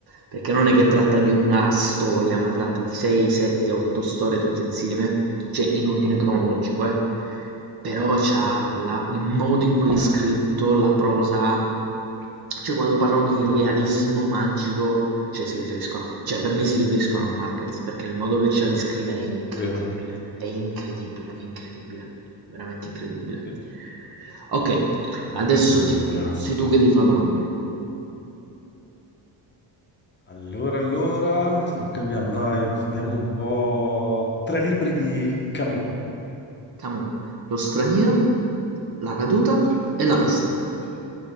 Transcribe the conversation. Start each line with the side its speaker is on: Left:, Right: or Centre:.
Right: perché non è che tratta di una storia, ma tratta di 6, 7, 8 storie tutte insieme. cioè in ordine cronologico,
Left: Sì,
Right: eh. Però c'ha
Left: sì,
Right: la- il modo in cui è scritto, la prosa, cioè quando parlano di realismo
Left: sì.
Right: magico, cioè si riferiscono, a- cioè per me si riferiscono a Marquez, perché il modo che c'ha di scrivere è incredibile,
Left: Vero.
Right: è incredibile, è incredibile, veramente incredibile.
Left: Sì.
Right: Ok, adesso
Left: Allora,
Right: ti, sei tu che ti fa la domanda a me.
Left: allora, allora, no, cambiamo, dai, andiamo un po'. Tre libri di Camus.
Right: Camus, lo straniero, la caduta
Left: Sì,
Right: e la peste.
Left: sì.